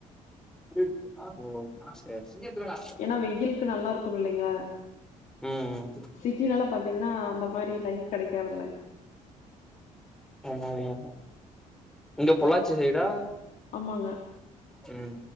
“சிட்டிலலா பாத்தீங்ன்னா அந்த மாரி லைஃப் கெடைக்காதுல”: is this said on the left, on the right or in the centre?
Left